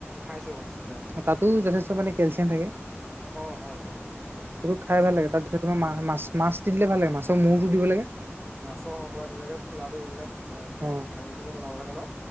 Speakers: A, in the centre; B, on the right (about 55°).
A: খাইছোঁ খাইছোঁ খাইছোঁ।
B: তাতো যথেষ্ট মানে কেলচিয়াম থাকে।
A: অঁ হয় হয়।
B: এইবোৰ খাই
A: বস্তুটো
B: ভাল লাগ তাত ধৰ ল মা মাছ মাছ দি দিলে ভাল লাগে মাছ মৰটো দিব লাগে।
A: মাছৰ অৰম্পৰা ধুনীয়াকৈ খোলাটোৰি পেলাই ভা
B: অ
A: ভাঙি চাঙি বনাব লাগে ন।